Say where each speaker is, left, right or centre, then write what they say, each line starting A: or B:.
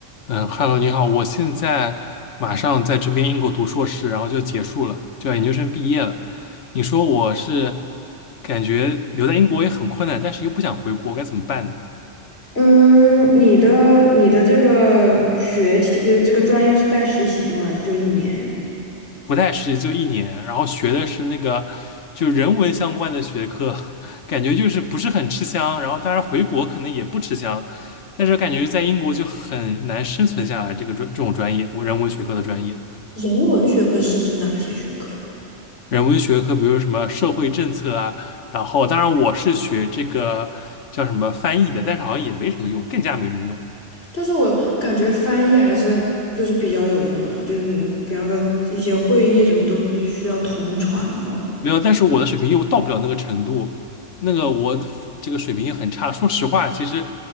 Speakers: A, on the left; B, on the left.
A: 嗯，Hello，你好，我现在马上在这边英国读硕士，然后就结束了，就要研究生毕业了。你说我是感觉留在英国也很困难，但是又不想回国，该怎么办呢？
B: 嗯，你的你的这个学期就是这个专业是带实习的吗？还是就一年呀？
A: 不太实习就一年，然后学的是那个就人文相关的学科，<laughs> 感觉就是不是很吃香。然后当然回国可能也不吃香，但是感觉在英国就很难生存下来这个专这种专业，我人文学科的专业。
B: 人文学科是指哪些学科呀？
A: 人文学科，比如什么社会政策啊，然后当然我是学这个叫什么翻译的，但是好像也没什么用，更加没什么用。
B: 但是我感觉翻译还是就是比较有用啊，就是你比方说一些会议什么都不是需要同传吗？
A: 没有，但是我的水平又到不了那个程度，那个我的这个水平也很差。说实话，其实